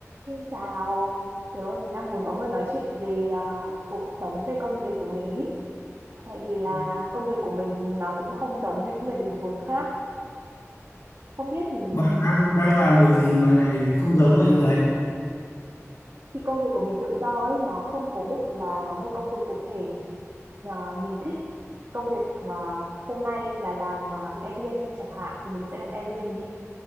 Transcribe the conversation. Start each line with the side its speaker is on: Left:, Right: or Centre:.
Right: Xin chào, tớ thì đang muốn có người nói chuyện về à, cuộc sống, về công việc của mình ý. Tại vì là
Left: Ừ.
Right: công việc của mình nó cũng không giống như những người bình thường khác. Không biết thì
Left: Bạn đang đang làm việc gì mà lại không giống mọi người?
Right: khi công việc của mình tự do ấy, nó không cố định là có một công việc cụ thể. À, mình thích công việc à, hôm nay là làm uh, Airbnb chẳng hạn thì mình sẽ làm Airbnb.